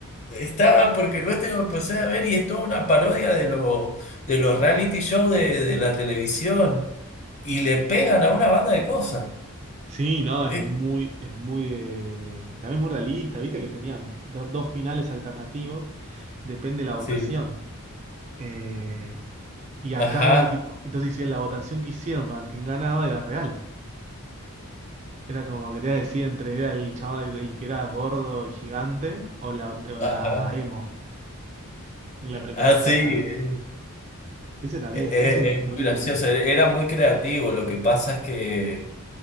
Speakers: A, on the left; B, on the right.
A: estaba porque no este lo empecé a ver y es toda una parodia de, lo, de los reality shows de, de la televisión y le pegan a una banda de cosas.
B: Sí, no, es
A: Es-
B: muy, es muy, eh, también muy realista, viste que tenían do- dos finales alternativos, depende de la votación.
A: Sí,
B: Eh, y acá
A: ajá,
B: era tipo, entonces hicieron la votación que hicieron para quien ganaba era real. Era como que te decía entre era el chaval el, el que era gordo y gigante o la, o la
A: ajá.
B: emo en la primera
A: Ah,
B: temporada.
A: sí, eh,
B: Ese también,
A: eh, eh,
B: este es increíble.
A: es muy gracioso, era era muy creativo, lo que pasa es que,